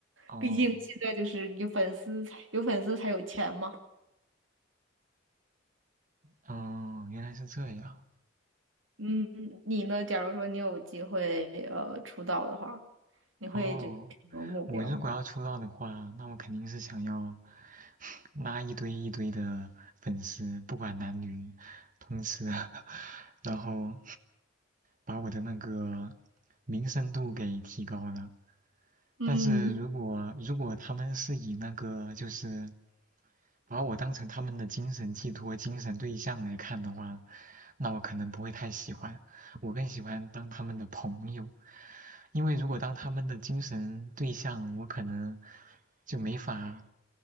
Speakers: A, on the right; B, on the right.
A: 哦
B: 毕竟现在就是有粉丝才有粉丝才有钱嘛。
A: 哦，原来是这样。
B: 嗯，你呢？假如说你有机会呃出道的话，你会觉得什么目标？
A: 哦，我如果要出道的话，那我肯定是想要 <laughs> 拉一堆一堆的粉丝，不管男女，同时，<laughs> 然后把我的那个名声度给提高了。
B: 嗯。
A: 但是如果如果他们是以那个就是把我当成他们的精神寄托、精神对象来看的话，那我可能不会太喜欢，我更喜欢当他们的朋友。因为如果当他们的精神对象，我可能就没法